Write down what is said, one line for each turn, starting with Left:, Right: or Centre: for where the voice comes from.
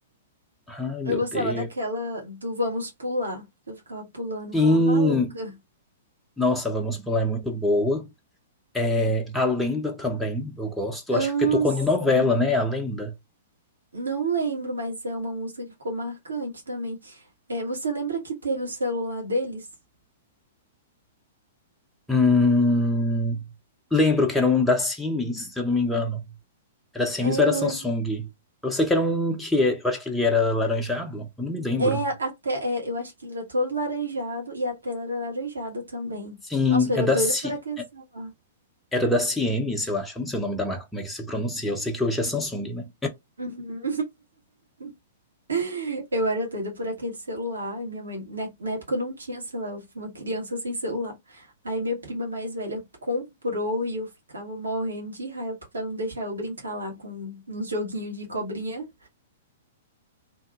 Centre: Ai, meu
Right: Eu gostava
Centre: Deus.
Right: daquela do Vamos Pular. Eu ficava pulando
Centre: Sim,
Right: igual uma maluca.
Centre: nossa, Vamos Pular é muito boa. É, A Lenda também, eu gosto.
Right: Ah,
Centre: Acho que porque tocou
Right: sim.
Centre: em novela, né? A Lenda.
Right: Não lembro, mas é uma música que ficou marcante também. É, você lembra que teve o celular deles?
Centre: Hum, lembro que era um da Siemens, se eu não me engano. Era Siemens
Right: É,
Centre: ou era
Right: eu não
Centre: Samsung?
Right: lembro.
Centre: Eu sei que era um que é- eu acho que ele era laranjado, eu não me lembro.
Right: É, até, é, eu acho que ele era todo laranjado e a tela era laranjada também.
Centre: Sim,
Right: Nossa, eu
Centre: é
Right: era
Centre: da
Right: doida
Centre: Si-
Right: por aquele celular.
Centre: era da Siemens, eu acho. Eu não sei o nome da marca, como é que se pronuncia. Eu sei que hoje é Samsung, né?
Right: Uhum. <laughs> Eu era doida por aquele celular. E minha mãe, na, na época eu não tinha celular, eu fui uma criança sem celular. Aí minha prima mais velha comprou e eu ficava morrendo de raiva porque ela não deixava eu brincar lá com uns joguinhos de cobrinha.